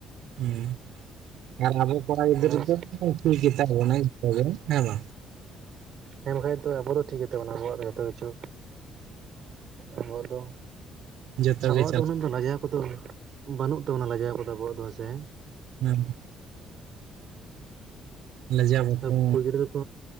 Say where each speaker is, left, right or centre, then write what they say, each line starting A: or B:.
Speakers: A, on the right; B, on the right.
A: ᱦᱮᱸ ᱟᱨ ᱟᱵᱚ ᱠᱚᱲᱟ
B: ᱥᱮ
A: ᱜᱤᱫᱽᱨᱟᱹ ᱫᱚ ᱴᱤᱠ ᱜᱮᱛᱟ ᱵᱚᱱᱟ ᱡᱚᱛᱚᱜᱮ ᱦᱮᱸ ᱵᱟᱝ,
B: ᱦᱮᱸ ᱵᱟᱠᱷᱟᱡ ᱫᱚ ᱟᱵᱚ ᱴᱷᱤᱠ ᱜᱮᱛᱟ ᱵᱚᱱᱟ ᱟᱵᱚᱣᱟᱜ ᱡᱚᱛᱚ ᱠᱤᱪᱷᱩ, ᱟᱵᱚᱣᱟᱜ ᱫᱚ
A: ᱡᱚᱛᱚ
B: ᱟᱵᱚᱣᱟᱜ
A: ᱜᱮ ᱪᱟᱞᱟᱜ
B: ᱫᱚ ᱩᱱᱟᱹᱜ ᱫᱚ ᱞᱟᱡᱟᱣ ᱠᱚᱫᱚ ᱵᱟᱹᱱᱩᱜ ᱛᱟᱵᱚᱱᱟ ᱞᱟᱡᱟᱣ ᱠᱚᱫᱚ ᱟᱵᱚᱣᱟᱜ ᱫᱚ ᱦᱮᱸᱥᱮ
A: ᱦᱩᱸ ᱞᱟᱡᱟ ᱵᱟᱛᱚ
B: ᱟᱨ ᱠᱩᱲᱤ ᱜᱤᱫᱽᱨᱟᱹ ᱟᱜ ᱣ